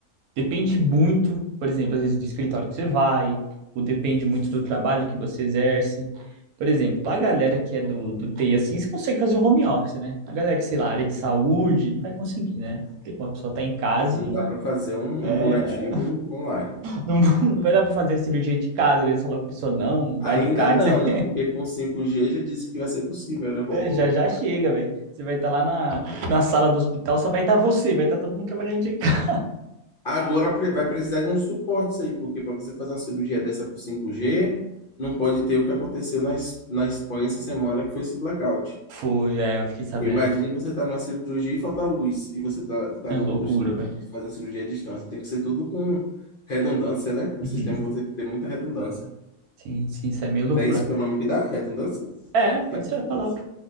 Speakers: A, on the right; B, on the left.
A: Depende muito, por exemplo, às vezes do escritório que você vai, ou depende muito do trabalho que você exerce. Por exemplo, a galera que é do, do TI assim, você consegue fazer o home office, né? A galera que, sei lá, área de saúde, não vai conseguir, né? Não Tem como a pessoa tá em casa
B: não
A: e.
B: dá para fazer um,
A: É,
B: um curativo online.
A: não, <laughs> não vai dar pra fazer a cirurgia de casa, né? Se ela pessoa, não,
B: Ainda
A: o alicate,
B: não,
A: você-
B: né? Porque com 5G já disse que vai ser possível,
A: <laughs>
B: né, robô?
A: é, já já chega, velho. Você vai estar lá na, na sala do hospital, só vai estar você, vai estar todo mundo trabalhando de casa.
B: Agora pre- vai precisar de um suporte isso aí, porque para você fazer uma cirurgia dessa por 5G, não pode ter o que aconteceu na, Es- na Espanha essa semana, que foi esse blackout.
A: Foi, é, eu fiquei sabendo.
B: Porque imagine você estar tá numa cirurgia e falta luz, e você está tá
A: É uma
B: no,
A: loucura, velho.
B: fazendo cirurgia à distância. Tem que ser tudo com redundância, né? O
A: Uhum.
B: sistema vai ter que ter muita redundância.
A: Sim, sim, isso é meio loucura.
B: Não é isso que é o nome que dá? Redundância?
A: É, pode
B: Eu acho
A: ser a
B: que
A: palavra.
B: é isso.